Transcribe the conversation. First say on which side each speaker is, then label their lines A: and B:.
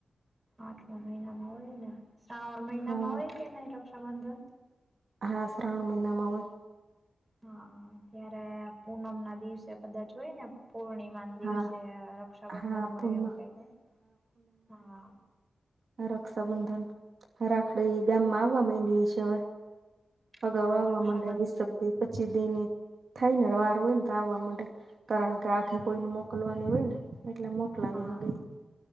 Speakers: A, on the right; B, on the right.
A: આઠમા મહિનામાં હોય ને શ્રાવણ મહિનામાં
B: હા
A: હોય કે નહી પ્રબંધન
B: હા શ્રાવણ મહિનામાં હો
A: હા ત્યારે પૂનમ ના દિવસે કદા જોય ને પૂર્ણિમા દિવસે
B: હા
A: રક્ષાબંધન
B: હા
A: હોય
B: પૂનમ
A: એવું કઈ કઈ હા
B: હ રક્ષાબંધન
A: હા
B: હ રાખડી
A: હમ.
B: ગામમાં આવવા માં છે હવે અગાઉ
A: હા,
B: આવવા
A: રક્ષાબંધન
B: માંડે વીસપ પચીસ દિ ની થાય ને વાર હોય ને તો આવવા માંડે કારણ કે આખે
A: હમ,
B: કોઈને મોકલવાની હોય ને એટલે મો મોલાવી
A: હા
B: ગઈ